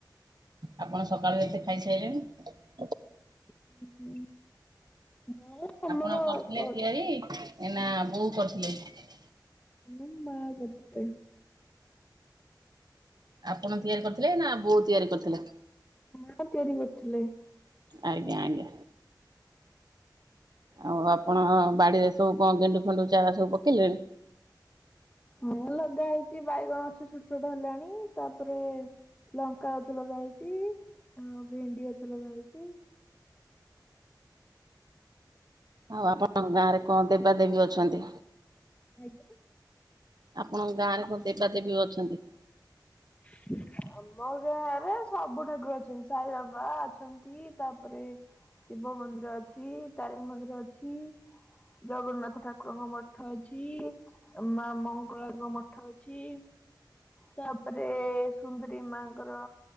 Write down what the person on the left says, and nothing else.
ହୁ ହୁଁ ନା ଆମର
କ
।
ହୁଁ ମା କରିଥିଲେ ।
ମା ତିଆରି କରୁଥିଲେ
ହଁ ଲଗା ହେଇଛି ବାଇଗଣ ଛୋଟ ଛୋଟ ହେଲାଣି ତାପରେ ଲଙ୍କା ଗଛ ଲଗା ହେେଇଛି ଆଉ ଭେଣ୍ଡି ଗଛ ଲଗାହେଇଛି
ଆଜ୍ଞା।
<inaudible> ଆମ ଗାଁ ରେ ସବୁଠାକୁର ଅଛନ୍ତି ସାଇ ବାବା ଅଛନ୍ତି ତାପରେ ଶିବ ମନ୍ଦିର ଅଛି ତାରିଣୀ ମନ୍ଦିର ଅଛି ଜଗନ୍ନାଥ ଠାକୁରଙ୍କ ମଠ ଅଛି ମା ମଙ୍ଗଳାଙ୍କ ମଠ ଅଛି ତାପରେ ସୁନ୍ଦୁରୀ ମାଙ୍କର